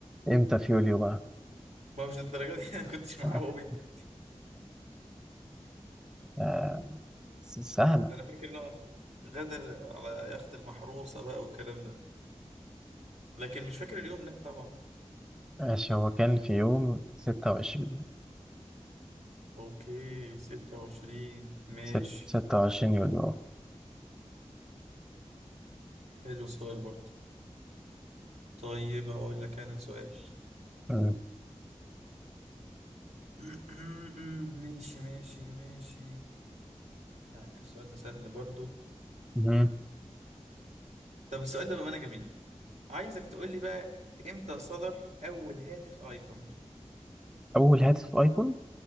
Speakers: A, in the centre; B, on the right.
A: امتى في يوليو بقى؟
B: ما مش للدرجة دي <laughs> انا كنتش معاه
A: <laughs>
B: وهو بيطلع
A: آه س- سهلة
B: انا فاكر ان هو غدر على يخت المحروسة بقى والكلام ده لكن مش فاكر اليوم لا طبعا
A: ماشي هو كان في يوم 26
B: اوكي 26 ماشي
A: ست- 26 يوليو آه.
B: حلو السؤال برضه طيب أقول لك أنا سؤال
A: مم.
B: <clears throat> ماشي ماشي ماشي آه، السؤال ده سهل برضو
A: مم.
B: طب السؤال ده بأمانة جميل عايزك تقول لي بقى إمتى صدر أول هاتف آيفون
A: أول هاتف أيفون